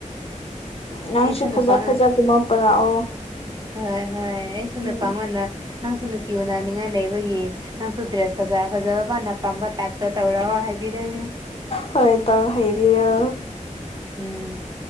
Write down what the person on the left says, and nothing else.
ꯅꯪꯁꯨ
ꯐꯖ ꯐꯖꯕ ꯄꯨꯔꯛꯑꯣ
ꯎꯝ
ꯍꯣꯏ ꯇꯧ ꯍꯥꯏꯕꯤꯌꯣ